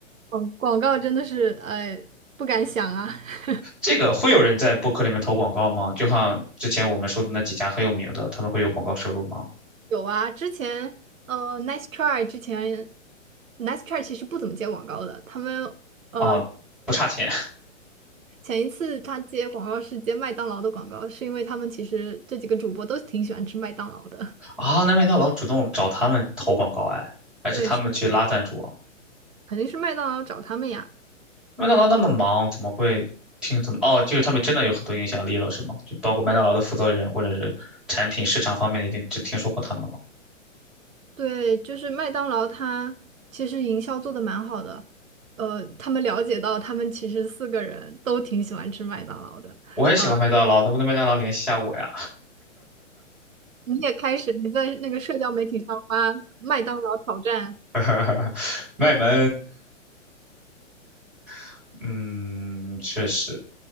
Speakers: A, on the right; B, in the centre.
A: 广广告真的是，哎，不敢想啊。<laughs>
B: 这个会有人在播客里面投广告吗？就像之前我们说的那几家很有名的，他们会有广告收入吗？
A: 有啊，之前呃，Nice Try 之前，Nice Try 其实不怎么接广告的。他们呃，
B: 啊，不差钱
A: 前一次他接广告是接麦当劳的广告，是因为他们其实这几个主播都挺喜欢吃麦当劳的。
B: <laughs>
A: <laughs>
B: 啊！那麦当劳主动找他们投广告，哎，还是他们去拉赞助啊？
A: 对，是肯定是麦当劳找他们呀。
B: 麦当劳那么忙，怎么会听他们？哦，就是他们真的有很多影响力了，是吗？就包括麦当劳的负责人或者是产品市场方面，已经只听说过他们了。
A: 对，就是麦当劳，他其实营销做的蛮好的。呃，他们了解到他们其实四个人都挺喜欢吃麦当劳的。
B: 我也喜欢麦当劳，
A: 啊、
B: 能不能麦当劳联系一下我呀？
A: 你也开始你在那个社交媒体上发麦当劳挑战。
B: <laughs> 卖萌，<laughs> 嗯，确实。